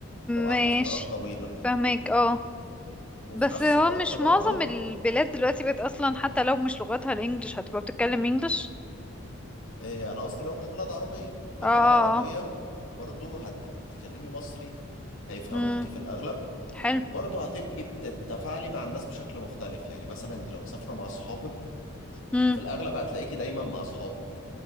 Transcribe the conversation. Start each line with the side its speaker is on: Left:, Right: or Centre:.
Left: لو قعدتي
Centre: ماشي
Left: فترات طويلة
Centre: فهمك اه
Left: وفي
Centre: بس
Left: نفس
Centre: هو
Left: الوقت
Centre: مش
Left: برضو
Centre: معظم البلاد دلوقتي بقت اصلا حتى لو مش لغتها الانجليش هتبقى بتتكلم انجليش
Left: آه، أنا قصدي لو مش بلد عربية لو
Centre: اه اه
Left: بلد عربية
Centre: اه
Left: برضو هتبقي بتتكلمي مصري هيفهموكي
Centre: امم
Left: في الأغلب
Centre: حلو
Left: وبرضه هتبقي بتتفاعلي مع الناس بشكل مختلف يعني مثلا انت لو مسافره مع اصحابك
Centre: امم
Left: في الاغلب هتلاقيكي دايما مع اصحابك